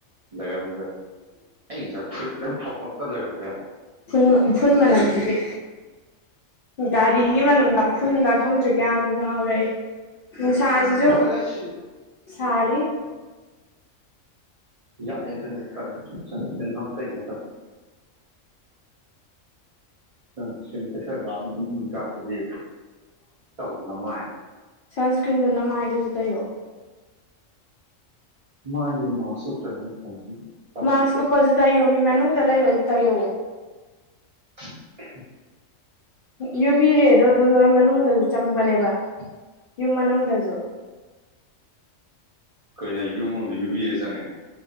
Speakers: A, on the right; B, on the left.
A: ꯂꯩꯔꯝꯗ꯭ꯔꯦ ꯑꯩ ꯉꯁꯥꯏ ꯐꯨꯔꯤꯠ ꯑꯗꯨꯝ ꯐꯧꯕ ꯇ ꯂꯩꯔꯝꯗ꯭ꯔꯦ꯫
B: ꯐꯨꯟ ꯎꯐꯨꯟ ꯃꯅꯝꯖꯤꯗꯤ꯫ ꯒꯥꯔꯤꯒꯤ ꯃꯅꯝꯂ ꯎꯐꯨꯟꯂ ꯈꯪꯗ꯭ꯔꯦ ꯒꯌ꯭ꯥꯟꯁꯨ ꯉꯥꯎꯔꯦ ꯑꯩ꯫ ꯅꯨꯡꯁꯥꯖꯤꯖꯨ
A: ꯕꯣ ꯑꯣꯖꯥ ꯁꯤ
B: ꯁꯥꯔꯤ꯫
A: ꯌꯥꯛꯑꯦ ꯑꯗꯨꯅ ꯇꯜꯂꯦ ꯁꯟꯁꯀ꯭ꯔꯤꯟ <unintelligible> ꯁꯟꯁꯀꯔ꯭ꯤꯟ ꯇꯩꯁꯜ ꯂꯥꯛ ꯏ ꯀꯥꯔꯛꯇꯨꯗꯤ <unintelligible> ꯅꯃꯥꯏ
B: ꯁꯟꯁꯀ꯭ꯔꯤꯟꯗꯣ ꯅꯃꯥꯏꯗꯖꯨ ꯇꯩꯑꯣ꯫
A: ꯃꯥꯏꯗꯤ ꯃꯥꯁ ꯎꯞꯇꯣꯏꯅꯤꯅ ꯐꯩ <unintelligible>
B: ꯃꯥꯁ ꯎꯞꯄꯖꯨ ꯇꯩꯌꯣꯃꯤ ꯃꯅꯨꯡꯗ ꯂꯩꯔꯖꯨ ꯇꯩꯌꯣ꯫
A: <inaudible>
B: ꯌꯨ ꯕꯤ ꯔꯦꯗꯣ ꯑꯗꯨꯝ ꯂꯣꯏ ꯃꯅꯨꯡꯗꯖꯨ ꯆꯪꯕꯅꯦꯕ ꯌꯨꯝ ꯃꯅꯨꯡꯗꯖꯨ꯫
A: ꯀꯩꯅꯣ ꯍꯥꯏꯁꯤ ꯌꯨꯝ ꯃꯅꯨꯡꯗ ꯌꯨ ꯕꯤ ꯔꯦ ꯆꯪꯉꯦ